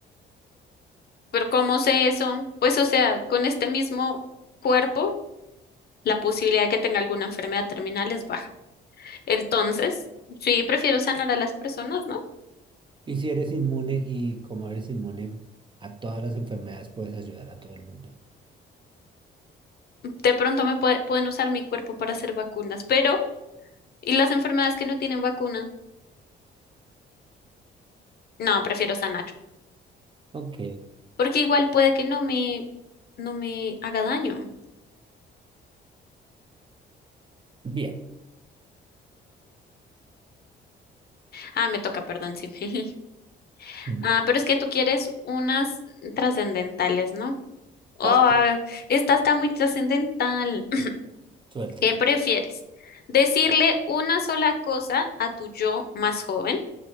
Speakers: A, on the left; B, on the right.
A: Pero ¿cómo sé eso? Pues, o sea, con este mismo cuerpo, la posibilidad de que tenga alguna enfermedad terminal es baja. Entonces, sí, prefiero sanar a las personas, ¿no?
B: Y si eres inmune y como eres inmune a todas las enfermedades, puedes ayudar a todo el mundo.
A: De pronto me puede- pueden usar mi cuerpo para hacer vacunas, pero ¿y las enfermedades que no tienen vacuna? No, prefiero sanar,
B: Ok,
A: porque igual puede que no me, no me haga daño.
B: bien.
A: Ah, me toca, perdón, sí. <laughs>
B: Mm.
A: Ah, pero es que tú quieres unas trascendentales, ¿no? Oh,
B: ¿Para
A: esta está muy trascendental. <laughs>
B: Suéltela.
A: ¿Qué prefieres? ¿Decirle una sola cosa a tu yo más joven